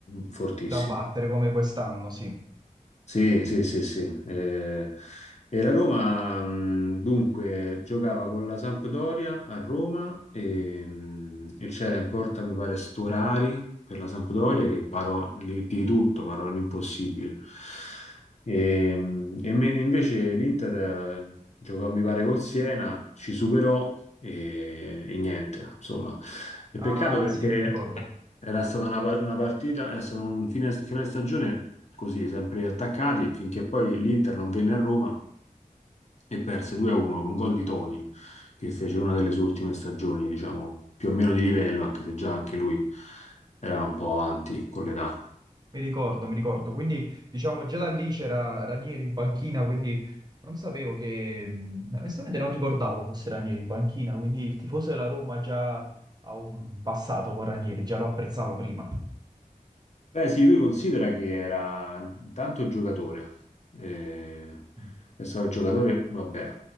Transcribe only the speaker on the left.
fortissima.
Sì, sì, sì, sì. Eh, e la Roma, mh, dunque, giocava con la Sampdoria a Roma e, mh, e c'era in porta, mi pare, Storari per la Sampdoria che parò lì di tutto, parò l'impossibile. E, mh, e me- invece l'Inter eh, giocò, mi pare, col Siena, ci superò e, e niente, insomma. E
peccato perché...
Era stata una, par- una partita, è stato un fine, fine stagione così, sempre attaccati, finché poi l'Inter non venne a Roma e perse 2-1 con gol di Toni, che fece una delle sue ultime stagioni, diciamo, più o meno di livello, anche se già anche lui era un po' avanti con l'età.
Beh, sì, lui considera che era intanto giocatore, eh,
è stato giocatore, vabbè,